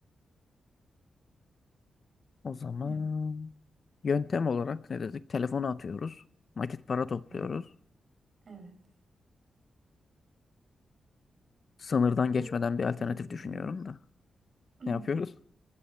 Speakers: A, on the left; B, on the right.
A: O zaman
B: Bilmiyorum.
A: yöntem olarak ne dedik? Telefonu atıyoruz. Nakit para topluyoruz.
B: Evet. Evet.
A: Sınırdan geçmeden
B: Doğru kişileri
A: bir alternatif
B: buluyoruz.
A: düşünüyorum da.
B: <clears throat>
A: Ne yapıyoruz?